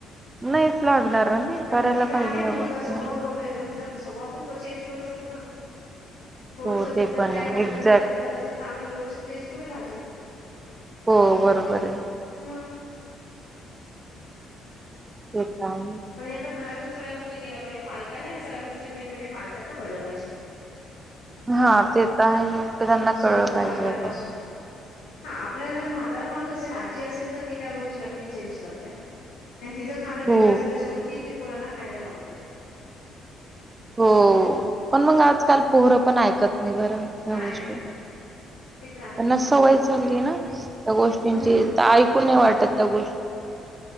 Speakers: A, on the right; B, on the left.
A: नाही. लागणार. ना ते
B: पण
A: करायला
B: तिचा
A: पाहिजे
B: आहे.
A: ह्या
B: मुळता
A: गोष्टी.
B: स्वभाव कडू आहे, पण तिचा स्वभाव आपण चेंज करू शकतो. ह. थोडस
A: हो
B: त्याच्यात
A: ते पण
B: काय
A: आहे
B: घातलं
A: एक्झॅक्ट.
B: तर ते कदाचि. त चांगलं व्यवस्थित टेस्ट होईल भाजी
A: हो बरोबर आहे.
B: मग
A: घेतान.
B: पण हे आता घरातून सगळ्या गोष्टी केल्या पाहिजे. पालकांना हे सगळ्या गोष्टी, मेन म्हणजे पालकांना कळलं पाहिजे.
A: हा ते तर आहे. ते त्यांना
B: सुरुवात
A: कळलं पाहिजे
B: पालकांपासून.
A: अगं
B: हा आपल्या घरात म्हातारा माणूस असेल, आजी असेल तर ती त्या गोष्टी नक्कीच चेंज करते. आणि तिचं खांण वेगळं
A: हो
B: असत त्याच्यामुळे तीच ते पोरांना खायला लावते
A: हो पण मग आजकाल पोरं पण ऐकत नाही बरा ह्या
B: हाय
A: गोष्टी
B: हाय करते
A: त्यांना
B: ते तर आहेच.
A: सवय झाली आहे ना त्या गोष्टींची
B: हम्म
A: तर ऐकून नाही वाटतत त्या गोष्टी